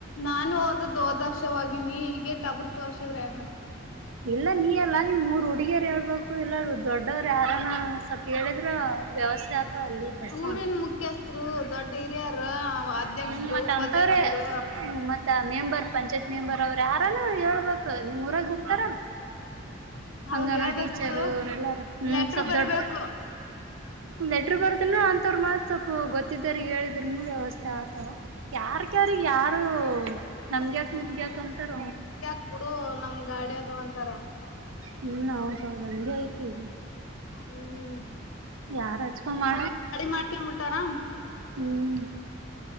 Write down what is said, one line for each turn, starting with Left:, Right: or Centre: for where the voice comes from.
Left: ನಾನು ಹೋದದ್ದದರ್ಷವವಾಗಿನಿ ಈಗೇಟ್ಟ ಅಬೃತ್ ವರ್ಷಿದ್ರೆ ಹೆಂಗ
Right: ಇಲ್ಲ ನೀ ಎಲ್ಲಾ ನೀವ್ ಮೂರ್ ಹುಡುಗಿಯರು ಹೇಳ್ಬೇಕು ಇಲ್ಲ ದೊಡ್ಡವರು ಯಾರಾನ ಸ್ವಲ್ಪ ಹೇಳಿದ್ರ ವ್ಯವಸ್ಥೆತ್ ಅಲ್ಲಿ ಬಸ್
Left: ಊರಿನ್ ಮುಖ್ಯಸ್ಥರು ದೊಡ್ಡ ಹಿರಿಯರು ಅಧ್ಯಕ್ಷರು
Right: ಹ ಮತ್ತ
Left: ಉಪಾಧ್ಯಕ್ಷರು
Right: ಅಂತವ್ರೇ ಹ್ಮ ಮತ್ತೆ ಮತ್ತ ಮೆಂಬರ್ ಪಂಚಾಯತ್ ಮೆಂಬರ್ ಅವ್ರ ಯಾರಾನ ಹೇಳ್ಬೇಕಕ್ ನಿಮಮ್ಮ ಊರಾಗ ಇರ್ತಾರ ಹಂಗಾನೋ
Left: ಅವ್ರು ಹೇಳ್ಬೇಕ್
Right: ಟೀಚರ್
Left: ಬಿಡು
Right: ಅವ್ರ ಎಲ್ಲಾರ ಹ್ಮ
Left: ಲೆಟರ್
Right: ಸ
Left: ಬರ್ಬೇಕು
Right: ದೊಡ್ಡ ಒ ಲೆಟ್ರ ಬರ್ದನ ಅಂತವರು ಮತ್ ಸ್ವಲ್ಪ ಗೊತ್ತಿದಾರ ಹೇಳಿದ್ರನು ವ್ಯವಸ್ಥೆ ಆಗ್ತವ ಯಾರ್ಕ್ಯಾರ ಯಾರು ನಮ್ದ್ಯಾಕ ಮುಂದ್ಯಾಕಂತಾರ
Left: ಕಡು ನಮ್ ಗಾಡಿ ಅದ ಒಂತರ
Right: ಹ್ಮ ಹೌದೌದುಂಗೆ ಐತಿ
Left: ಹ್ಮ್
Right: ಯಾರ ಅಚ್ಕೊಂಡ
Left: ಮಾಡ್ಕೊಂಡ್ ಬಿಟ್ಟಾರ
Right: ಹ್ಮ್